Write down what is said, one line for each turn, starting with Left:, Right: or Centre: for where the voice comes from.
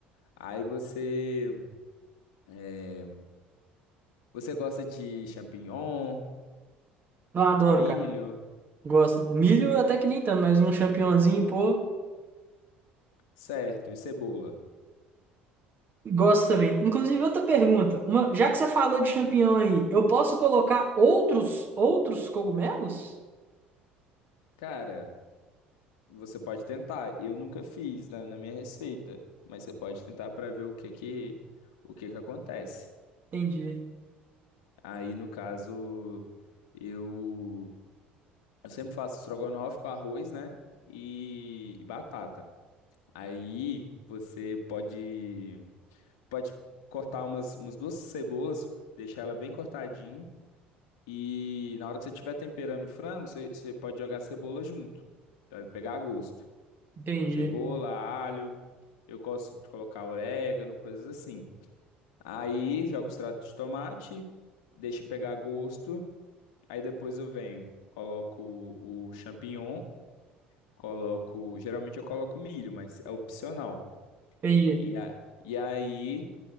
Left: Aí você. é, você gosta de champignon,
Right: Não, adoro,
Left: milho,
Right: cara. Gosto. Milho até que nem tanto, mas um champignonzinho, pô.
Left: certo, e cebola.
Right: Gosto também. Inclusive, outra pergunta. Uma, já que você falou de champignon aí, eu posso colocar outros outros cogumelos?
Left: Cara, você pode tentar. Eu nunca fiz na, na minha receita, mas você pode tentar para ver o que que, o que que acontece.
Right: Entendi,
Left: Aí, no caso, eu, eu sempre faço estrogonofe com arroz, né? E, e batata. Aí você pode, pode cortar umas, umas duas cebolas, deixar ela bem cortadinho. E na hora que você estiver temperando o frango, você, você pode jogar cebola junto, para pegar a gosto.
Right: entendi,
Left: Cebola, alho, eu gosto de colocar orégano, coisas assim. Aí joga o extrato de tomate, deixa pegar gosto. Aí depois eu venho, coloco o champignon, coloco. Geralmente eu coloco milho, mas é opcional.
Right: entendi.
Left: E, a, e aí